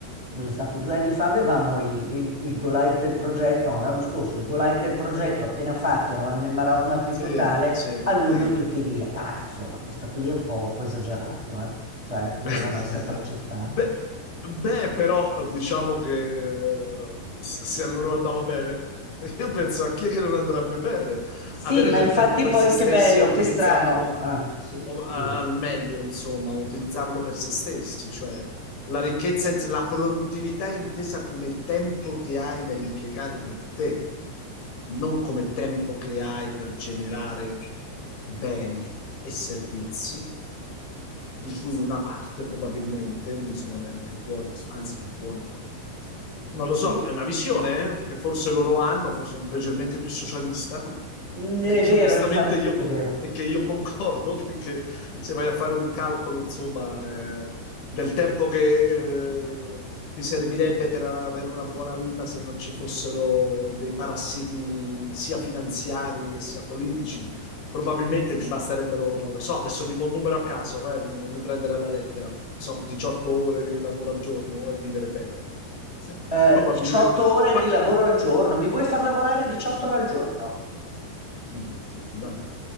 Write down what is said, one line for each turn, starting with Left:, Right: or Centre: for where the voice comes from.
Right: cos'è stato? Due anni fa avevamo il, il, il go live del progetto, no, l'anno scorso il go live del progetto appena fatto, eravamo nel marasma più
Left: sì,
Right: totale,
Left: sì,
Right: a luglio
Left: eh.
Right: tutti via. Dai, insomma, questa qui è un po', un po' esagerato, eh. Cioè, dovevano
Left: <laughs>
Right: essere precettati.
Left: Beh, beh, però diciamo che eh, se, se a loro andava bene, <laughs> io penso a chi è che non andrebbe bene
Right: Sì,
Left: avere
Right: ma
Left: del
Right: infatti
Left: tempo per
Right: poi
Left: se stessi
Right: che bello,
Left: e utilizzarlo
Right: che strano. Ah, sì,
Left: o- a-
Right: scusa.
Left: al meglio, insomma, utilizzarlo per se stessi, cioè la ricchezza, int- la produttività intesa come tempo che hai da impiegare per te, non come tempo che hai per generare beni e servizi di cui una parte probabilmente non sono neanche tuoi, anzi una buona parte. Non lo
Right: Sì,
Left: so, è una visione eh, che forse loro hanno, forse leggermente più socialista,
Right: mm, è
Left: e che
Right: vero,
Left: onestamente
Right: infatti,
Left: io, co-
Right: è vero.
Left: e che io concordo <laughs> perché se vai a fare un calcolo, insomma, eh, del tempo che eh, ti servirebbe per avere una buona vita se non ci fossero dei parassiti sia finanziari e sia politici, probabilmente ti basterebbero, non lo so, adesso dico un numero a caso, eh, quindi non mi prendere alla lettera, so, 18 ore di lavoro al giorno e vivere bene.
Right: Eh,
Left: Probabilmente.
Right: 18 ore
Left: Ma
Right: di lavoro al giorno, mi vuoi far lavorare 18 ore al giorno?
Left: Mm, settimana.